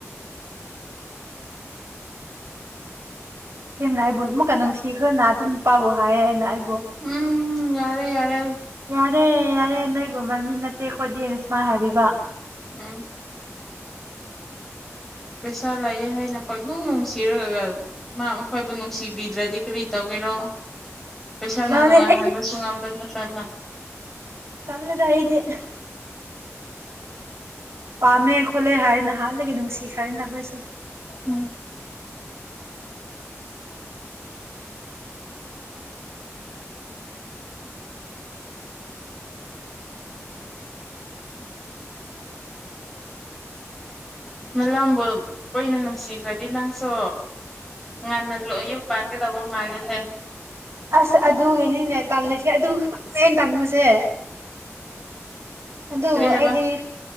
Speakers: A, on the right; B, in the centre.
A: ꯁ‌ꯦꯡꯅ ꯑꯩꯕꯨ ꯑꯃꯨꯛꯀ ꯅꯨꯡꯁꯤꯈꯔꯅ ꯑꯗꯨ ꯅꯨꯄꯥꯕꯨ ꯍꯥꯏꯌꯦ ꯑꯩꯅ ꯑꯩ
B: ꯎꯝ ꯌꯥꯔꯦ ꯌꯥꯔꯦ
A: ꯌꯥꯔꯦ ꯌꯥꯔꯦ ꯅꯣꯏꯒꯨꯝꯕ ꯃꯤ ꯅꯠꯇꯦ ꯑꯈꯣꯏꯗꯤꯅ ꯁꯨꯃꯥꯏꯅ ꯍꯥꯏꯕꯤꯕ
B: ꯎꯝ ꯄꯩꯁꯥ ꯂꯥꯛꯑꯦ ꯍꯥꯏꯅ ꯄꯪꯪꯅꯨꯡ ꯅꯨꯡꯁꯤꯔꯒ ꯃꯥ ꯑꯈꯣꯏꯕꯨ ꯅꯨꯡꯁꯤꯕꯤꯗ꯭ꯔꯗꯤ ꯀꯔꯤ ꯇꯧꯒꯦꯔꯣ ꯄꯩꯁꯥꯅ
A: ꯃꯥꯅꯦ
B: ꯅꯨꯡꯉꯥꯏꯍꯟꯕꯁꯨ ꯉꯝꯕ ꯅ ꯀꯅꯥ
A: ꯀꯟꯅꯗ ꯍꯥꯏꯥꯏꯗꯤꯦ ꯄꯥꯝꯃꯦ ꯈꯣꯠꯂꯦ ꯍꯥꯏꯔ ꯅꯍꯥꯟꯂꯒꯦ ꯅꯨꯡꯁꯤ ꯍꯥꯏꯔꯤꯅ ꯁꯨ
B: ꯎꯝ ꯃꯂꯝꯕꯨ ꯀꯨꯏꯅ ꯅꯨꯡꯁꯤꯈ꯭ꯔꯗꯤ ꯅꯪꯁꯨ ꯉꯟꯅ ꯌꯨꯝ ꯄꯥꯟꯒꯗꯧꯕ ꯃꯥꯜꯂꯦꯍꯦ
A: ꯑꯁ ꯑꯗꯨꯒꯤꯅꯤꯅꯦ ꯇꯥꯜꯂꯤꯁꯦ ꯑꯗꯨ ꯇꯪꯅꯦ ꯑꯩꯅ ꯇꯃꯁꯦ ꯑꯗꯨ
B: ꯀꯔꯤ ꯍꯥꯏꯕ
A: ꯑꯩꯗꯤ